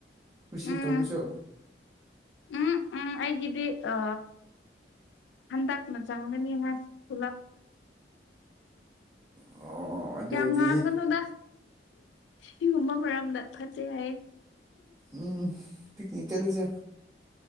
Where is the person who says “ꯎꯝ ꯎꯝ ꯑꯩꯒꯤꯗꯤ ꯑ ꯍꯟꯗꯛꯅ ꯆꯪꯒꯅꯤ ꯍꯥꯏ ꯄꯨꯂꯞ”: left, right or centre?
Left